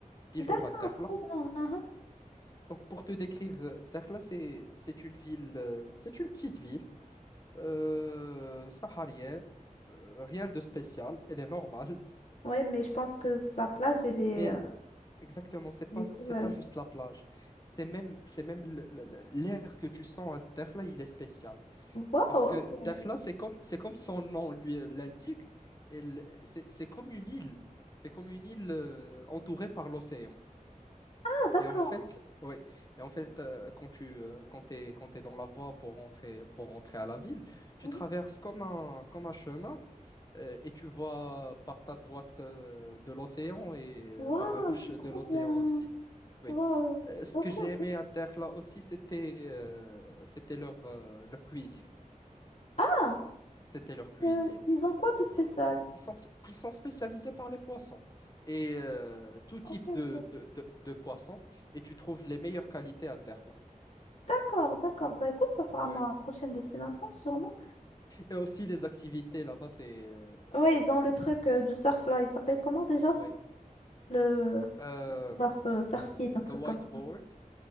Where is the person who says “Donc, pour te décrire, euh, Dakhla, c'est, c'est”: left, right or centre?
Left